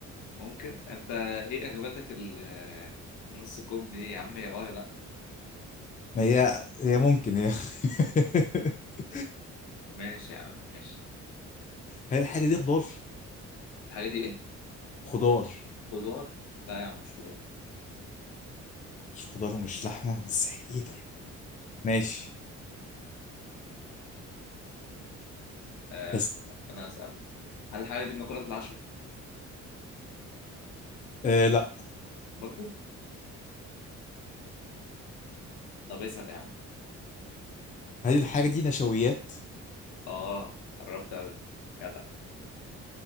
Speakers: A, on the left (about 80°); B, on the left (about 25°).
A: ممكن انت ايه اغبتك ال- نص كوب دي يا عم يا اه يا لا
B: ما هي هي ممكن هي <laughs>
A: ماشي يا عم ماشي
B: هل الحاجة دي خضار؟
A: الحاجه دي ايه
B: خضار
A: خضار لا يا عم مش خضار
B: مش خضار ومش لحمة ازاي ايه طيب ماشي
A: آه
B: اسأل
A: انا هسألك هل الحاجه دي بناكلها في العشاء
B: آه لا
A: برضو طب اسأل يا عم
B: هل الحاجة دي نشويات؟
A: اه قربت قوي جدع